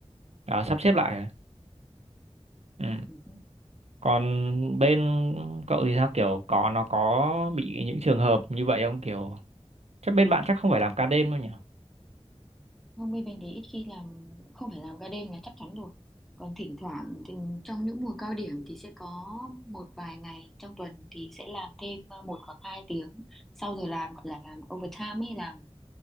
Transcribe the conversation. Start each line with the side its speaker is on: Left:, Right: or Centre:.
Right: à, sắp xếp lại ừ.
Centre: ừ. ừ.
Right: Còn bên cậu thì sao kiểu có nó có bị những trường hợp như vậy không kiểu chắc bên bạn chắc không phải làm ca đêm đâu nhỉ?
Centre: hôm nay mình thì ít khi làm không phải làm ca đêm là chắc chắn rồi còn thỉnh thoảng thì trong những mùa cao điểm thì sẽ có một vài ngày trong tuần thì sẽ làm thêm ờ, một hoặc hai tiếng sau giờ làm gọi là làm overtime ấy làm